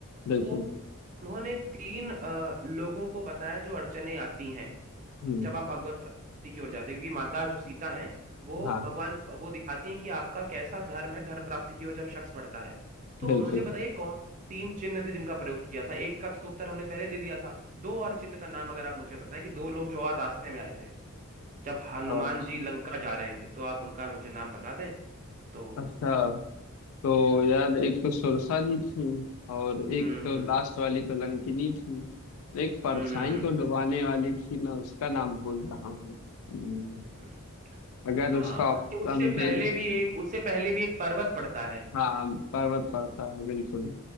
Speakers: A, on the left; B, on the right.
A: बिल्कुल
B: तो उन्होंने तीन अ, लोगों को बताया जो अड़चने आती हैं
A: हम्म
B: जब आप भगवत प्राप्ति की ओर जाते हैं क्योंकि माता जो सीता है वो
A: हाँ
B: भगवान वो दिखाती है कि आपका कैसा धर्म है धर्म प्राप्ति की ओर जब शख्स बढ़ता है तो
A: बिल्कुल
B: मुझे बताइए कौन तीन चिन्ह थे जिनका प्रयोग किया था एक का तो उत्तर हमने पहले दे दिया था दो और चिन्ह का नाम अगर आप मुझे बताएं कि दो लोग जो और रास्ते में आए थे जब हनुमान
A: और
B: जी लंका जा रहे थे तो आप उनका मुझे नाम बता दें तो
A: अच्छा तो
B: हम्म
A: यार एक तो सुरसा जी थी और एक
B: हम्म
A: तो
B: हम्म
A: लास्ट वाली तो लंकिनी थी एक परछाई
B: हम्म हम्म,
A: को डुबाने वाली थी मैं उसका नाम भूल रहा हूँ हम्म,
B: हम्म,
A: अगर
B: हाँ
A: उसका ऑप्शन
B: कि उससे
A: दे
B: पहले
A: दे
B: भी एक उससे पहले भी एक पर्वत पड़ता है
A: हाँ पर्वत पड़ता है बिल्कुल